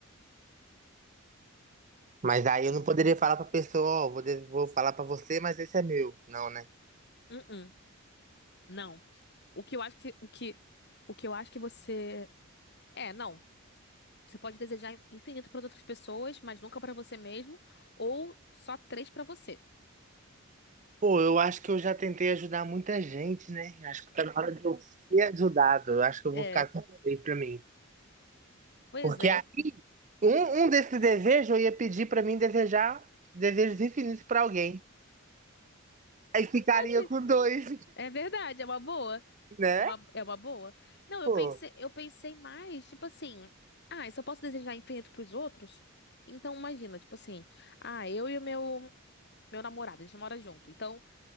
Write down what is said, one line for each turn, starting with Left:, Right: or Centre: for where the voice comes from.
Right: Mas aí eu não poderia falar pra pessoa, ó, vou, de- vou falar pra você, mas esse é meu. Não, né?
Left: Uh-uh, não. O que eu acho que, o que, o que eu acho que você. É, não. Você pode desejar infinito para outras pessoas, mas nunca para você mesmo, ou só três para você.
Right: Pô, eu acho que eu já tentei ajudar muita gente, né? Acho que tá na hora de eu ser ajudado. Eu acho que eu
Left: É,
Right: vou ficar com isso pra mim.
Left: pois
Right: Porque
Left: é.
Right: aí, um, um desses desejos eu ia pedir pra mim desejar desejos infinitos pra alguém. Aí ficaria
Left: Verdade.
Right: com dois.
Left: É verdade, é uma boa.
Right: Né?
Left: É uma, é uma boa. Não, eu
Right: Pô.
Left: pensei, eu pensei mais, tipo assim, ah, eu só posso desejar infinito para os outros? Então imagina, tipo assim, ah, eu e o meu meu namorado, a gente mora junto. Então,